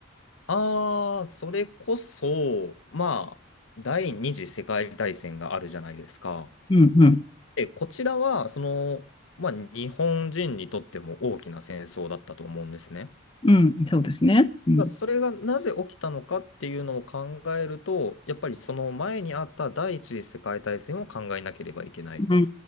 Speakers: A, on the left; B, on the left.
A: ああ、それこそ、まあ、第二次世界大戦があるじゃないですか。
B: うん、うん。
A: で、こちらは、その、まあ、日本人にとっても大きな戦争だったと思うんですね。
B: うん、そうですね。うん、
A: だそれがなぜ起きたのかっていうのを考えると、やっぱりその前にあった第一次世界大戦を考えなければいけない。
B: うん、う